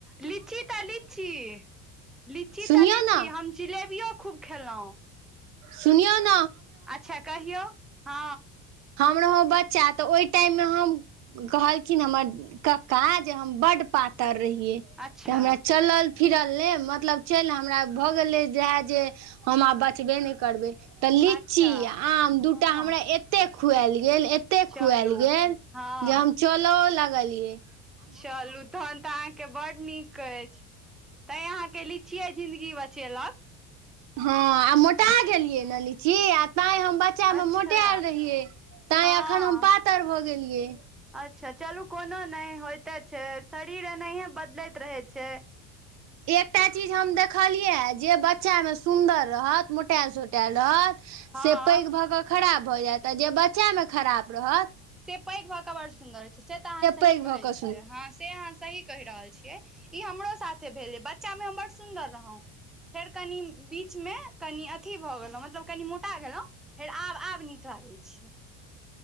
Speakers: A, in the centre; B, on the right.
A: लीची त लीची लीची
B: सुनियौ
A: त लीची
B: ने
A: ह जिलेबियो खूब खेलो
B: सुनियो न
A: अच्छा कहियौ ह
B: हम रहौ बच्चा तऽ ओहिटाइम में हम कहलखिन हमर कक्का जे हम बड्ड पातर रहिय
A: अच्छा
B: त हमरा चलल फिरल नइ मतलब चलि हमरा भऽ गेलै जेएए जे हम आब बचबे नहि करबै त लीची
A: अच्छा
B: आ आम दूटा
A: हँ
B: हमरा एतेक खुएल गेल एते ओते
A: चलू
B: खुआएल गेल
A: हँ
B: जे हम चलो लगलिय
A: चलू तहन त आं के बड नीक अछि तैं अहाँके लीचिये जिन्दगी बचेलक
B: हँ आ मोटा गेलियै न लीची आ ताय हम बच्चा
A: अच्छा
B: में मोटायल रहियै तैं
A: हँ
B: एखन हम पातर भऽ गेलियै
A: अच्छा चलू कोनो नहि होइते छै शरीर एनाहियए बदलैत रहै छै
B: एकटा चीज हम देखलियै जे बच्चा मे सुन्दर रहत मोटा सोटैल रहत
A: हँ
B: से पैघ भ कऽ खराब भऽ जायत आ जे बच्चामे खराब रहत
A: पैक भए के बड़ सुंदर होय छै से तऽ अहाँ सही
B: पैघ भऽ
A: कहे
B: कऽ
A: छीयै
B: सुन्दर
A: हं से अहाँ सही कहि रहल छियै ई हमरो साथे भेले बच्चा मे हम बड़ सुन्दर रहौं फेर कनि बीच में कनि अथी भऽ गेलो मतलब कनि मोटा गेलहुँ फेर आब आब नीक लागै छी